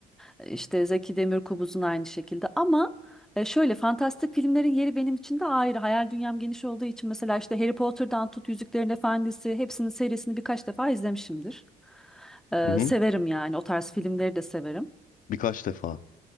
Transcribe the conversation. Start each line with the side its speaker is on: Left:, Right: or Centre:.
Centre: E, İşte Zeki Demirkubuz'un aynı şekilde ama e, şöyle fantastik filmlerin yeri benim için de ayrı. Hayal dünyam geniş olduğu için mesela işte Harry Potter'dan tut Yüzüklerin Efendisi hepsinin serisini birkaç defa izlemişimdir. E,
Left: Hı-hı.
Centre: severim yani o tarz filmleri de severim.
Left: Birkaç defa.